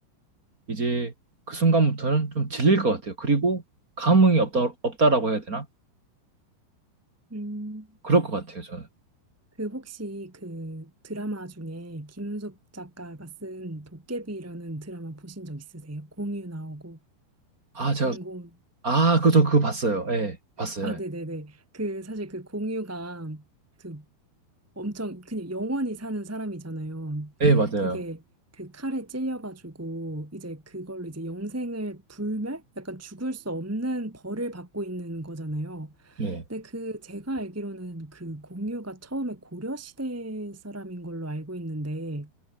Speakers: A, on the right (about 25°); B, in the centre.
A: 이제 그 순간부터는 좀 질릴 것 같아요. 그리고 감흥이 없다 없다라고 해야 되나?
B: 음.
A: 그럴 것 같아요. 저는
B: 그 혹시 그 드라마 중에 김은숙 작가가 쓴 도깨비라는 드라마 보신 적 있으세요? 공유 나오고
A: 아 제가
B: 김고은
A: 아 그저 그거 봤어요. 예 봤어요.
B: 아 네네네
A: 예
B: 그 사실 그 공유가 그 엄청 그냥 영원히 사는 사람이잖아요.
A: 예, 맞아요.
B: 그게 그 칼에 찔려가지고 이제 그걸로 이제 영생을 불멸? 약간 죽을 수 없는 벌을 받고 있는 거잖아요.
A: 네.
B: 근데 그 제가 알기로는 그 공유가 처음에 고려시대 사람인 걸로 알고 있는데